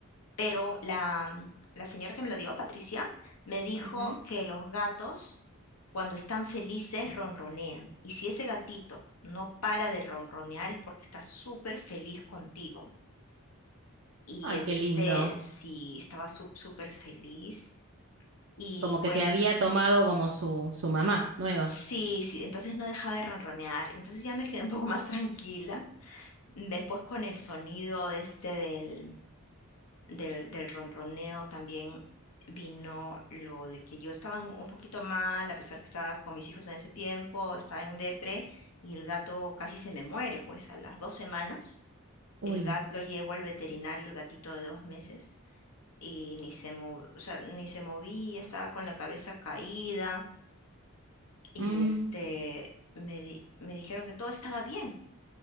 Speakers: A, on the left; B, on the right.
A: Pero la, mm, la señora que me lo dio, Patricia, me dijo
B: Ujú.
A: que los gatos, cuando están felices, ronronean. Y si ese gatito no para de ronronear es porque está súper feliz contigo. Y
B: Ay,
A: este,
B: qué lindo.
A: sí, estaba sup- súper feliz. Y
B: Como
A: bueno.
B: que te había tomado como su, su mamá nueva.
A: Sí, sí, entonces no dejaba de ronronear, entonces ya me quedé un poco más tranquila. Después con el sonido de este del, del, del ronroneo también vino lo de que yo estaba un, un poquito mal, a pesar que estaba con mis hijos en ese tiempo, estaba en depre y el gato casi se me muere, pues a las dos semanas
B: Uy.
A: el gato lo llevo al veterinario, el gatito de dos meses. Y ni se mov- o sea, ni se movía, estaba con la cabeza caída y
B: Mm.
A: este me, di- me dijeron que todo estaba bien.